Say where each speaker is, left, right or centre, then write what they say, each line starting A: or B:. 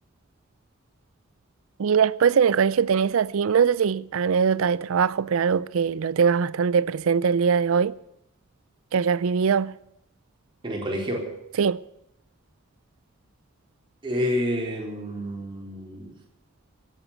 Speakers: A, on the right (about 70°); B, on the right (about 25°).
A: Y después en el colegio tenés así, no sé si anécdota de trabajo, pero algo que lo tengas bastante presente el día de hoy, que hayas vivido.
B: en el colegio.
A: Sí.
B: Eh, no,